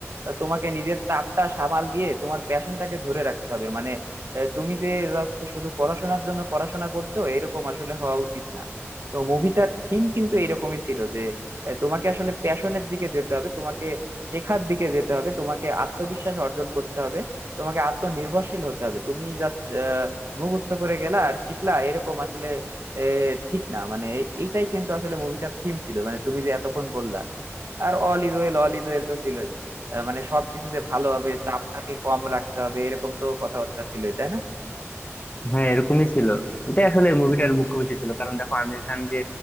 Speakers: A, on the right (about 60°); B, on the left (about 30°).
A: আহ, তোমাকে নিজের চাপটা সামাল দিয়ে তোমার প্যাশনটাকে ধরে রাখতে হবে মানে আহ, তুমি যে just শুধু পড়াশোনার জন্য পড়াশোনা করছো এরকম আসলে হওয়া উচিত না তো মুভিটার থিম কিন্তু এরকমই ছিল যে আহ, তোমাকে আসলে প্যাশনের দিকে যেতে হবে তোমাকে শেখার দিকে যেতে হবে তোমাকে আত্মবিশ্বাস অর্জন করতে হবে তোমাকে আত্মনির্ভরশীল হতে হবে তুমি জাস্ট মুখস্থ করে গেলা আর শিখলা এরকম আসলে এ, ঠিক না মানে এ- এইটাই কিন্তু আসলে মুভিটার থিম ছিল মানে তুমি যে এতক্ষণ বললা আর all is well all is well তো ছিলই আহ, মানে সবকিছু যে ভালো হবে চাপটাকে কম রাখতে হবে এরকম তো কথাবার্তা ছিলই তাই না
B: হ্যাঁ এরকমই ছিল এটাই আসলে মুভিটার মুখ্য বিষয় ছিল কারণ দেখো আমির খান যে